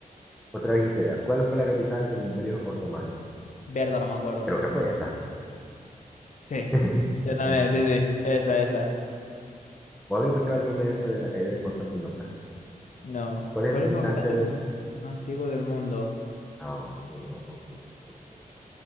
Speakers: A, in the centre; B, on the left.
A: Otra vez histeria. ¿Cuál fue la capital del imperio otomano?
B: Verdad, no me acuerdo.
A: Creo que fue esta.
B: Sí.
A: <laughs>
B: Yo también,
A: Constantinopla.
B: sí, sí. Esa, esa.
A: ¿Vos habéis escuchado el meme ese de la caída de Constantinopla?
B: No.
A: ¿Cuál es
B: ¿Cuál
A: el fabricante
B: es el fabricante
A: de...?
B: automóvil más antiguo del mundo?
A: Ah, man, su- su- su- su- su- su-